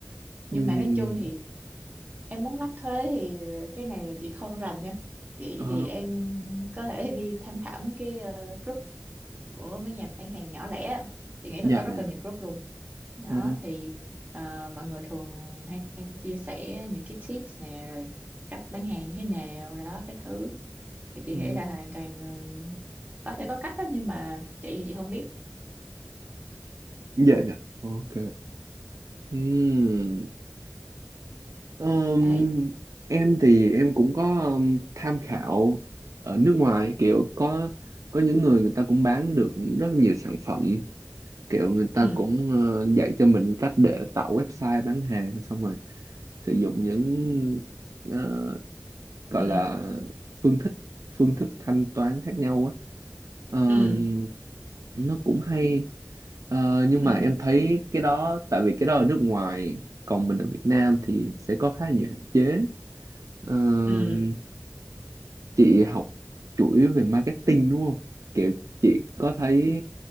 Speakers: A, on the right; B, on the right.
A: Ừ.
B: nhưng mà nói chung thì em muốn lách thuế thì cái này là chị không rành nha chị
A: À,
B: thì em có thể đi tham khảo mấy cái ờ, group của mấy nhà bán hàng nhỏ lẻ á. chị nghĩ là
A: dạ
B: có rất
A: dạ
B: là nhiều group luôn đó
A: Ờ.
B: thì ờ, mọi người thường hay chia sẻ những cái tips nè rồi cách bán hàng như thế nào đó cái thứ thì chị
A: ừ.
B: nghĩ là hoàn toàn ừ, có sẽ có cách đó nhưng mà chị thì chị không biết
A: dạ dạ ok ừ. Ờm,
B: đấy
A: em thì em cũng có ờm, tham khảo ở nước ngoài kiểu có có những người người ta cũng bán được rất là nhiều sản phẩm kiểu người
B: ừ
A: ta cũng ờ, dạy cho mình cách để tạo website bán hàng xong rồi sử dụng những ờ, gọi
B: ừ
A: là phương thức phương thức thanh toán khác nhau á Ờm,
B: ừ
A: nó cũng hay Ờ, nhưng
B: ừ
A: mà em thấy cái đó tại vì cái đó ở nước ngoài còn mình ở Việt Nam thì sẽ có khá nhiều hạn chế Ờm,
B: ừ
A: chị học chủ yếu về marketing đúng không kiểu chị có thấy